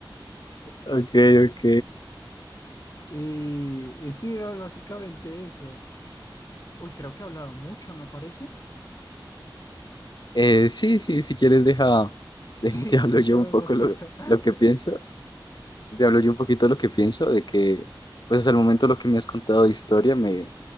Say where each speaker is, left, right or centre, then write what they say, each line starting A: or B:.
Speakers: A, on the left; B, on the left.
A: Ok, ok.
B: Y, y sí, básicamente eso. Uy, creo que he hablado mucho, ¿no parece? <laughs>
A: Eh, sí, sí, si quieres, deja, <laughs> deja-
B: Sí,
A: te hablo
B: cuéntame
A: yo un poco
B: un poquito.
A: lo, lo que pienso, te hablo yo un poquito lo que pienso, de que, pues hasta el momento lo que me has contado de historia me,